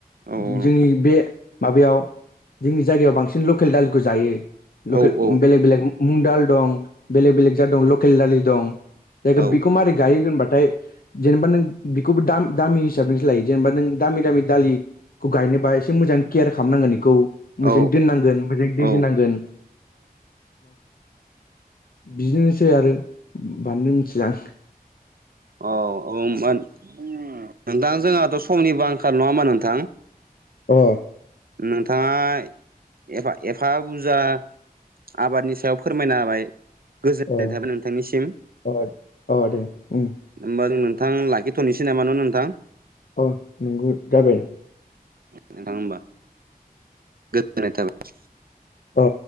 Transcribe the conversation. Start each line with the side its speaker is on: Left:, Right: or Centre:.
Left: जोंनि
Right: औ नोंथां
Left: बे माबायाव जोंनि जायगायाव बांसिन लकेल दालिखौ जायो। लकेल
Right: औ औ
Left: बेलेग बेलेग मुग दाल दं बेलेग बेलेग जाद दं लकेल दालि दं। जायखौ
Right: औ
Left: बिखौ मारि गायो होनबाथाय जेनेबा नों बेखौबो दाम-दामि हिसाबसो लायो जेनेबा नों दामि दामि दालि खौ गायनोबा एसे मोजां केयार खालामनांगोन इखौ मोजाङै
Right: औ
Left: दोननांगोन। मोजां दै
Right: औ
Left: होनांगोन। बिदिनोसै आरो बांद्राय मिथिला आं।
Right: अ ओम मोन नोंथां जोंहाथ' समनिबो आंखाल नङा होमबा नोंथां?
Left: अ
Right: नोंथाङा एफा एफा बुरजा आबादनि सायाव फोरमायना होबाय गोजोननाय
Left: अ
Right: थाबाय नोंथांनिसिम।
Left: अ अ दे उम।
Right: होमबा नोंथां लाखिथ'नोसै नामा न नोंथां?
Left: औ नंगौ जाबाय।
Right: नोंथां होमबा। गोजोननाय थाबाय।
Left: अ